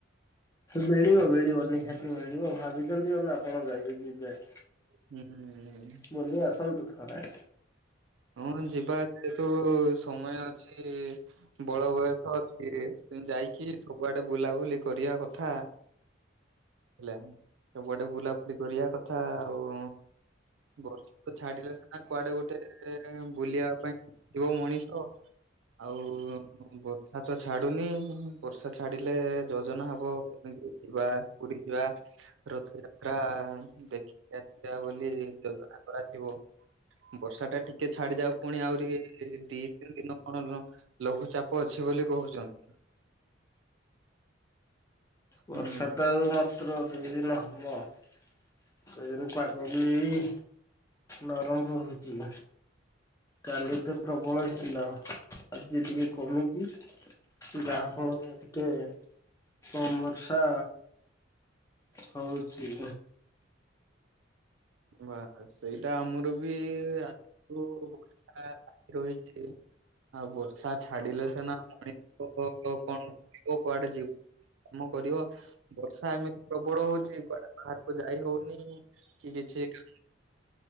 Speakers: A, on the left; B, on the right.
A: ମିଳିବ ମିଳିବ ନିହାତି ମିଳିବ ଭାବିଚନ୍ତି ମାନେ ଆପଣ ଯାଇ ଯିବେ।
B: ହୁଁ।
A: ବୁଲି ଆସନ୍ତୁ ଥରେ।
B: ହଁ ଯିବା ଯେହେତୁ ସମୟ ଅଛି। ବଳ ବୟସ ଅଛି <unintelligible> ଯାଇକି ସବୁଆଡେ ବୁଲାବୁଲି କରିବା କଥା। ହେଲା ସବୁଆଡେ ବୁଲାବୁଲି କରିବା କଥା ଆଉ ବର୍ଷା ତ ଛାଡିଲେ ସିନା କୁଆଡେ ଗୋଟେ ଟେ ବୁଲିବା ପାଇଁ ଯିବ ମଣିଷ। ଆଉ ବର୍ଷା ତ ଛାଡୁନି ବର୍ଷା ଛାଡିଲେ ଯୋଜନା ହବ କେମିତି ଯିବା ପୁରୀ ଯିବା। ରଥଯାତ୍ରା ଦେଖିକି ଆସିବା ବୋଲି ଯୋଜନା କରାଯିବ। ବର୍ଷା ଟା ଟିକେ ଛାଡିଯାଉ ପୁଣି ଆହୁରି ଦି ତିନି ଦିନ କଣ ଲଘୁଚାପ ଅଛି ବୋଲି କହୁଚନ୍ତି।
A: ବର୍ଷା
B: ହୁଁ
A: ତ ଆଉ ମାତ୍ର ଦୁଇ ଦିନ ହବ। <unintelligible> ପାଗ ବି ନରମ ରହୁଚି। କାଲି ତ ପ୍ରବଳ ହେଇଥିଲା ଆଜି ଟିକେ କମିଚି। ଯାହା ଫଳରେ ଟିକେ କମ ବର୍ଷା ହଉଚି।
B: ବା ସେଇଟା ଆମର ବି ରାତିଠୁ ବର୍ଷା ଲାଗି ରହିଚି। ଆଉ ବର୍ଷା ଛାଡିଲେ ସନା ମଣି କଣ କରିବ କୁଆଡେ ଯି କାମ କରିବ ବର୍ଷା ଏମିତି ପ୍ରବଳ ହଉଚି କୁଆଡେ ବାହାରୁକୁ ଯାଇ ହଉନି। ସେଇ <unintelligible>